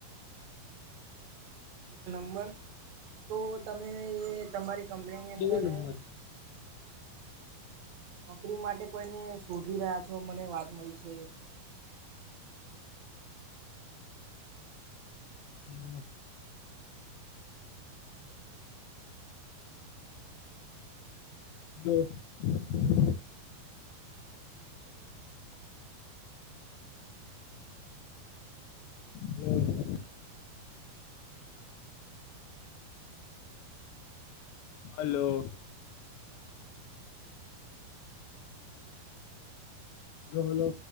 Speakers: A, on the right; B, on the left.
A: એક નંબર તો તમે તમારી કંપનીની
B: કેવો
A: અંદર
B: નંબર
A: નોકરી માટે કોઈને શોધી રહ્યા છો મને વાત મળી છે.
B: <inaudible> હ હમ હલો હ હલો